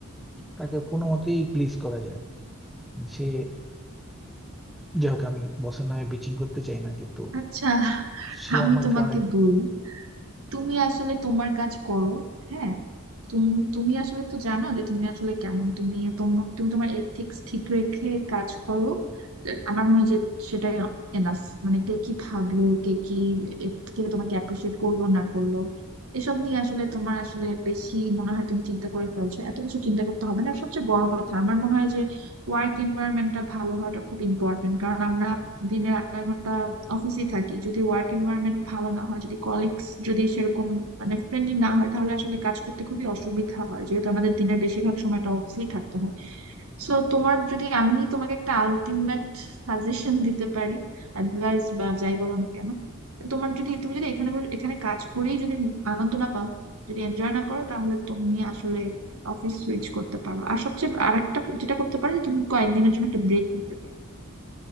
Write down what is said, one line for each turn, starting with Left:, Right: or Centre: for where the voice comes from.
Centre: তাকে কোনো মতেই প্লিজ করা যায় না। সে যাই হোক আমি বসের নামে বিচিং করতে চাই না কিন্তু
Right: আচ্ছা
Centre: সে
Right: আমি
Centre: আমাকে
Right: তোমাকে
Centre: অনেক
Right: বলি তুমি আসলে তোমার কাজ করো হ্যাঁ তুমি তুমি আসলে তো জানো যে তুমি আসলে কেমন তুমি তোমার তুমি তোমার এথিক্স ঠিক রেখে কাজ করো আমার মনে হয় যে সেটাই এনাফ মানে কে কি ভাবলো কে কি এ- কে তোমাকে অ্যাপ্রিসিয়েট করলো না করলো এসব নিয়ে আসলে তোমার আসলে বেশি মনে হয় তুমি চিন্তা করে ফেলছো এত কিছু চিন্তা করতে হবে না আর সবচেয়ে বড় কথা আমার মনে হয় যে ওয়ার্ক এনভায়রনমেন্টটা ভালো হওয়াটা খুব ইম্পর্টেন্ট কারণ আমরা দিনে আট নয় ঘন্টা অফিসেই থাকি যদি ওয়ার্ক এনভায়রনমেন্ট ভালো না হয় যদি কলিগস যদি সেরকম মানে ফ্রেন্ডলি না হয় তাহলে আসলে কাজ করতে খুবই অসুবিধা হয় যেহেতু আমাদের দিনের বেশিরভাগ সময়টা অফিসেই থাকতে হয় সো তোমার যদি আমি তোমাকে একটা আলটিমেট সাজেশন দিতে পারি অ্যাডভাইস বা যাই বলো না কেন তো তোমার যদি তুমি যদি এখানে বসে- এখানে কাজ করেই যদি আনন্দ না পাও যদি এনজয় না করো তাহলে তুমি আসলে অফিস সুইচ করতে পারো আর সবচেয়ে আর একটা যেটা করতে পারো যে তুমি কয়েকদিনের জন্য একটা ব্রেক নিতে পারো